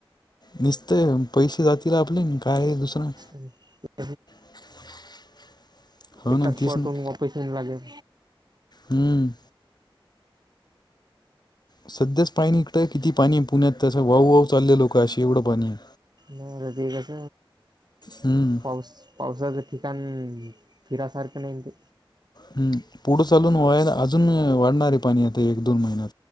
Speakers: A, on the left; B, on the right.
A: निसते पैसे जातील आपले नी काय आहे दुसरं.
B: हम्म
A: <inaudible> हो
B: एका
A: ना
B: स्पॉटवरुन
A: तेच ना
B: वापस येन लागेल.
A: हम्म सध्याच पाणी इकटंय किती पाणी आहे पुण्यात तसं वाहू वाहू चालले लोकं असे एवढं पाणी आहे.
B: नाही र ते कस
A: हम्म
B: पाऊस पावसाचं ठिकाण फिरासारखं नाहीन ते.
A: हम्म पुढं चालून वयाला अजून वाढणार आहे पाणी आता एक दोन महिन्यात.